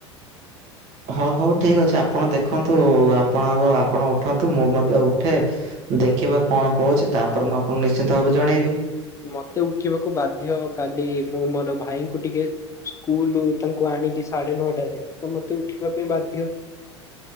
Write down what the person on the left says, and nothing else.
ମତେ ଉଠିବାକୁ ବାଧ୍ୟ କାଲି ମୁଁ ମୋର ଭାଇଙ୍କୁ ଟିକେ ସ୍କୁଲ ତାଙ୍କୁ ଆଣିବି ସାଢେ ନଅଟାରେ ତ ମତେ ଉଠିବା ପାଇଁ ବାଧ୍ୟ।